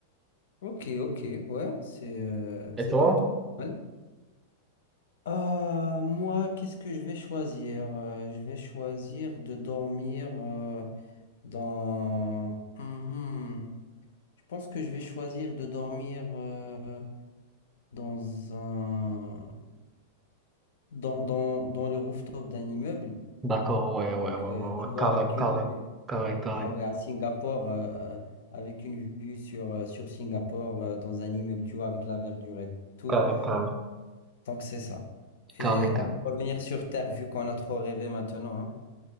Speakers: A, on the left; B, on the right.
A: Ok, ok, ouais, c'est euh,
B: Et
A: c'est
B: toi?
A: plutôt pas mal. Euh, moi, qu'est-ce que je vais choisir? Euh, je vais choisir de dormir euh, dans... Mhm. Je pense que je vais choisir de dormir euh, dans un... dans, dans, dans le rooftop d'un immeuble.
B: D'accord, ouais,
A: Avec,
B: ouais, ouais,
A: euh,
B: ouais, ouais,
A: tu vois,
B: carré,
A: avec
B: carré,
A: une vue...
B: carré, carré,
A: Ah ouais, à Singapour, euh, avec une vue sur, euh, sur Singapour, euh, dans un immeuble, tu vois, avec la verdure et tout.
B: carré, carré,
A: Donc c'est ça.
B: carré,
A: Et
B: carré.
A: on peut revenir sur Terre, vu qu'on a trop rêvé maintenant, hein.